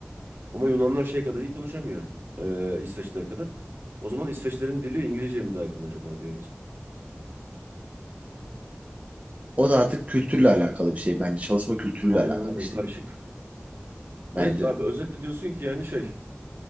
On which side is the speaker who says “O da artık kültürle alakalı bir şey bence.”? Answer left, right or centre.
Right